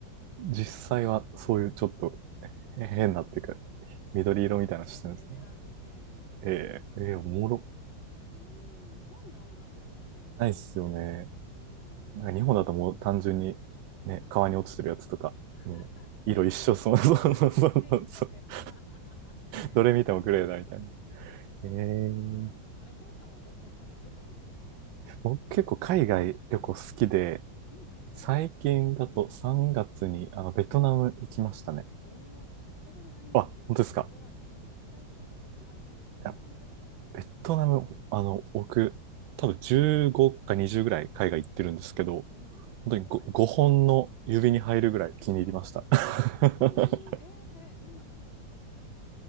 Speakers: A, on the right; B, on the left.
A: 実際はそういうちょっと変なっていうか、緑色みたいなのしてるんですね。
B: そう、緑、エ、エメラルド系の色で、
A: ええええおもろ。
B: なんか、うん、日本にはあんまなさそうな感じですよね。
A: ないっすよね。
B: うんう
A: なんか日本だともう単純にね、
B: んうん。
A: 川に落ちてるやつとか、
B: <laughs>
A: もう色一緒、
B: なんかグレーみたいな。
A: そうそうそうそうそう
B: <laughs> グレー一色
A: <laughs>
B: <laughs>
A: どれ見てもグレーだみたいな。
B: そうそうそう。そうそうそう。
A: えー、
B: あれ、翔さんはどこか、どこ行くんですか
A: 僕結構海外旅行好きで、
B: うんうん。
A: 最近だと3月にあのベトナム行きましたね。
B: おー、私行ったことないんですよ、
A: あ、
B: ベトナム。
A: 本当ですか。
B: すごい。うん、行きたいところの一つに入ってます。
A: いや、
B: どんな感じですか
A: ベトナム、あの、僕、多分15か20ぐらい海外行ってるんですけど、
B: うんうん、すごい。
A: 本当に 5,
B: は
A: 本の指に入るぐらい気に入りました。
B: あ、
A: <laughs>
B: 本当にえー、えーどんな感じで